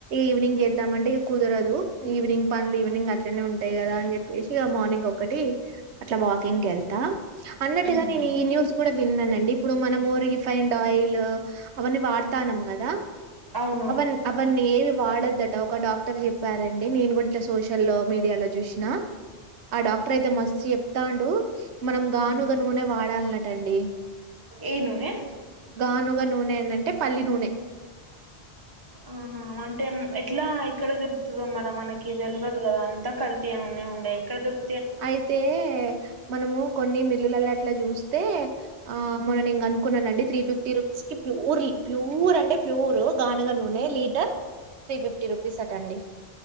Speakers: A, on the right; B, on the right.
A: ఈవినింగ్ చేద్దామంటే ఇక కుదరదు ఈవినింగ్ పనులు ఈవినింగ్ అట్లనే ఉంటాయి కదా అని చెప్పేసి ఇక మార్నింగ్ ఒకటి అట్లా వాకింగ్కి వెళ్తా అన్నట్టుగా
B: మ్మ్
A: నేను ఈ న్యూస్ కూడా విన్నా అ ఇప్పుడు మనం రిలీఫ్ ఆయిల్ అవన్న వాడతా కదా
B: అవును
A: అ అవన్నీ వాడద్దట ఒక డాక్టర్ చెప్ప చెప్పారండి నేను కూడా ఇట్లా సోషల్ మీడియాలో చూసిన ఆ డాక్టర్ అయితే మస్తు చెప్తాడు మనం గానుగా
B: మ్మ్
A: నూనె వాడాలన్నటండి
B: ఏ నూనె
A: గానుగా నూనె ఏంటంటే పల్లి నూనె
B: ఆహా అంటే ఎట్లా ఇక్కడ దొరుకుతుందో మరి మనకి తెలియదు కదా అంతా కల్తీగా ఉ ఉండే ఎక్కడ దొరు
A: అయితే మనము కొన్ని మిల్లుల అట్లా చూస్తే ఆ మొననిం అనుకున్నానండి త్రీ ఫిఫ్టీ రూపీస్ కి ప్యూర్ ప్యూర్ అంటే ప్యూర్ గానుగా నూనె లీటర్ త్రీ ఫిఫ్టీ రూపీస్ అటండి